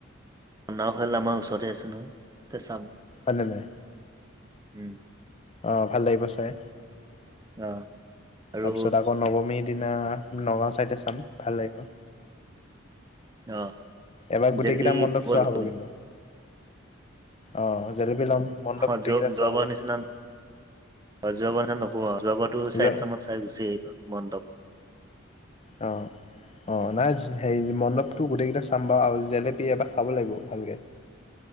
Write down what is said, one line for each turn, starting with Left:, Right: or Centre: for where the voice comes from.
Right: নাও খেল আমাৰ ওচৰতে আছে নহয় তাতে চাম।
Left: ভালেনে?
Right: উম।
Left: অ ভাল লাগিব চাই
Right: অ আৰু
Left: তাৰপিছত আকৌ নৱমীত দিনা নগাঁও ছাইডে চাম, ভাল লাগিব।
Right: অ।
Left: এইবাৰ গোটেইকেইটা
Right: জেলেপি
Left: মণ্ডপ চোৱা হ'ব কিন্তু অঁ জেলেপী ল'ম। মণ্ডপ
Right: অ
Left: গোটেইকেইটা
Right: যোৰ
Left: চোৱা
Right: যোৱাবাৰ
Left: হ'ব
Right: নিচিনা। অ যোৱাবাৰ এতিয়া নকবা, যোৱাবাৰতো চাৰি
Left: যোৱা
Right: - পাঁচটামানত চাই গুচি আহিলো মন্দপ।
Left: অঁ। অঁ, নাইচ হেৰি মণ্ডপটো গোটেইকেইটা চাম বাৰু আৰু জেলেপি এবাৰ খাব লাগিব ভালকে।